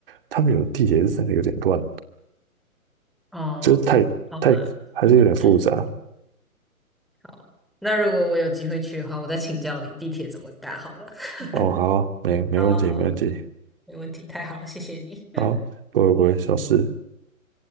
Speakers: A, on the right (about 40°); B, in the centre.
A: 他们有的地铁是真的有点乱，
B: 哦，
A: 就是太太还是有点复杂。
B: 好吧，<laughs> 好，那如果我有机会去的话，我再请教你地铁怎么搭好了。<laughs>
A: 哦，好，没没问题，
B: 好啊，好啊，
A: 没问题，
B: 没问题，太好了，谢谢你。
A: 好，不会不会，小事。